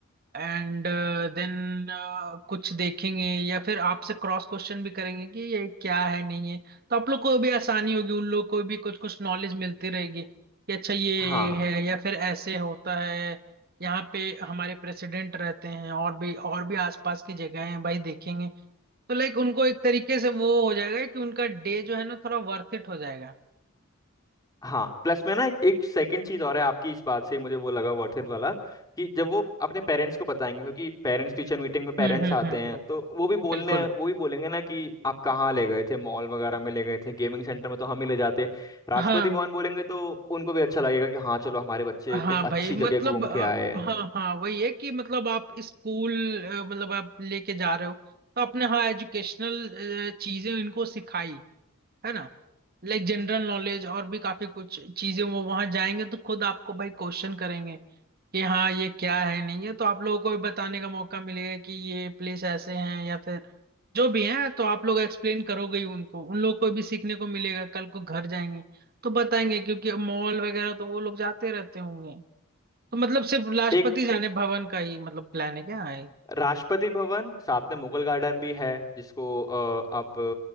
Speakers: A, on the right; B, on the left.
A: एंड देन कुछ देखेंगे या फिर आपसे क्रॉस क्वेश्चन भी करेंगे कि ये क्या है नहीं है तो आप लोग को भी आसानी होगी उन लोग को भी कुछ कुछ नॉलेज मिलती रहेगी कि अच्छा ये
B: हाँ
A: है या फिर ऐसे होता है यहाँ पे हमारे प्रेसिडेंट रहते हैं और भी और भी आसपास की जगह हैं भाई देखेंगे तो लाइक उनको एक तरीके से वो हो जाएगा कि उनका डे जो है ना थोड़ा वर्थ इट हो जाएगा
B: हाँ प्लस में ना एक, एक सेकंड चीज और है आपकी इस बात से ही मुझे वो लगा वर्थ इट वाला कि जब वो अपने पेरेंट्स को बताएंगे क्योंकि पेरेंट्स टीचर मीटिंग में पेरेंट्स
A: हम्म हम्म
B: आते
A: हम्म
B: हैं
A: हम्म,
B: तो वो भी बोलने
A: बिल्कुल
B: वो भी बोलेंगे ना कि आप कहाँ ले गए थे मॉल वगैरह में ले गए थे गेमिंग सेंटर में तो हम ही ले जाते राष्ट्रपति
A: हाँ
B: भवन बोलेंगे तो उनको भी अच्छा लगेगा कि हाँ चलो हमारे बच्चे
A: हाँ
B: एक
A: भाई
B: अच्छी
A: मतलब
B: जगह घूम
A: अ,
B: के आए हैं
A: हाँ हाँ वही है कि मतलब आप स्कूल अ, मतलब आप लेके जा रहे हो तो आपने हाँ एजुकेशनल चीजें इनको सिखाई है ना लाइक जनरल नॉलेज और भी काफी कुछ चीजें वो वहां जाएंगे तो खुद आपको भाई क्वेश्चन करेंगे कि हाँ ये क्या है नहीं है तो आप लोगों को भी बताने का मौका मिलेगा कि ये प्लेस ऐसे हैं या फिर जो भी हैं तो आप लोग एक्सप्लेन करोगे ही उनको उन लोग को भी सीखने को मिलेगा कल को घर जाएंगे तो बताएंगे क्योंकि मॉल वगैरह तो वो लोग जाते रहते होंगे तो मतलब सिर्फ राष्ट्रपति
B: एक
A: जाने भवन का ही मतलब प्लान है क्या है
B: राष्ट्रपति भवन साथ में मुगल गार्डन भी है जिसको अ, अब